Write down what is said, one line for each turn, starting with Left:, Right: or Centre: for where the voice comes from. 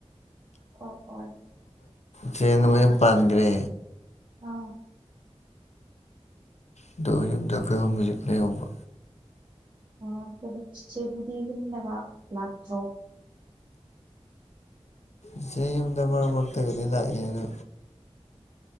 Right: ꯑꯣ ꯑꯣ
Left: ꯆꯦꯟ ꯃ ꯄꯥꯟꯈ꯭ꯔꯦ
Right: ꯑꯥ
Left: ꯑꯗꯣ ꯌꯨꯝꯗ ꯑꯩꯈꯣꯏꯍꯨꯝ ꯍꯧꯖꯤꯛꯅꯩ ꯌꯧꯕ
Right: ꯑ ꯆꯦꯗꯒꯂꯉ ꯭ꯂꯥꯛ ꯊ꯭ꯔꯣ
Left: ꯏꯁꯩꯆ ꯌꯨꯝꯗ ꯃꯔꯛ ꯃꯔꯛꯇꯒꯗꯤ ꯂꯥꯛꯑꯦꯅ